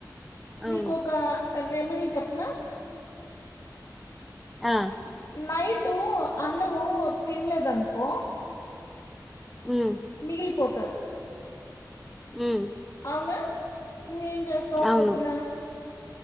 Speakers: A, in the centre; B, on the left.
A: అవును
B: నీకొక రెమెడి చెప్పనా
A: ఆ
B: నైటు అన్నము తిన్లేదనుకో
A: ఉమ్
B: మిగిలిపోతది
A: ఉమ్
B: అవునా నువ్వేం చెస్తావు
A: అవును
B: పొద్దున